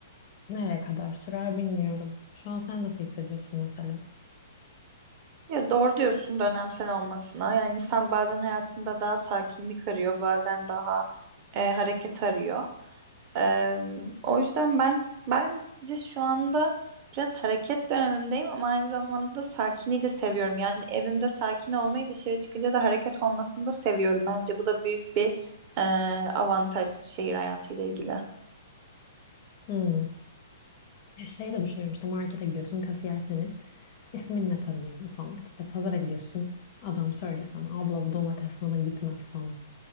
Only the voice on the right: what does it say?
Ya doğru diyorsun dönemsel olmasına. Yani insan bazen hayatında daha sakinlik arıyor, bazen daha e, hareket arıyor. E, o yüzden ben bence şu anda biraz hareket dönemimdeyim ama aynı zamanda da sakinliği de seviyorum. Yani evimde sakin olmayı dışarı çıkınca da hareket olmasını da seviyorum. Bence bu da büyük bir e, avantaj şehir hayatıyla ilgili.